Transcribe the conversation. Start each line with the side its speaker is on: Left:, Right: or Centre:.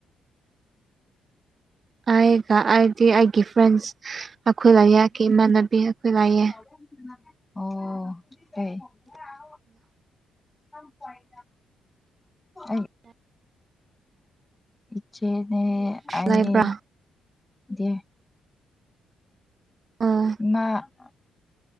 Right: ꯑꯩꯒ ꯑꯩꯗꯤ ꯑꯩꯒꯤ ꯐ꯭ꯔꯦꯟꯁ ꯑꯩꯈꯣꯏ ꯂꯥꯏꯌꯦꯛꯀꯤ ꯏꯃꯥꯟꯅꯕꯤ ꯑꯩꯈꯣꯏ ꯂꯥꯏꯌꯦ
Left: ꯑꯣ <unintelligible> ꯑꯩ ꯏꯆꯦꯅꯦ ꯑꯅꯤ
Right: ꯂꯩꯕ꯭ꯔꯥ
Left: ꯗꯦ
Right: ꯑꯣ
Left: ꯏꯃꯥ